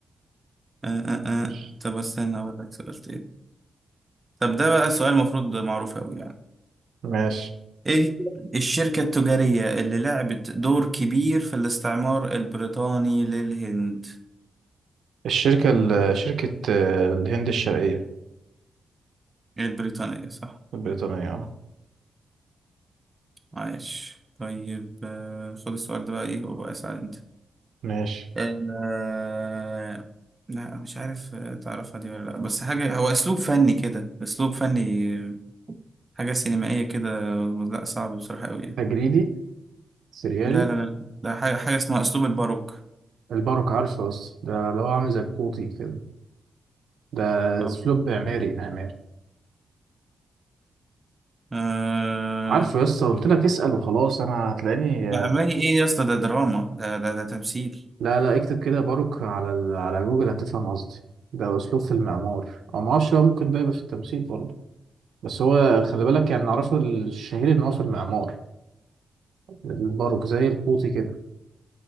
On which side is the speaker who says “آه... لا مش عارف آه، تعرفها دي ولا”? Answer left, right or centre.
Right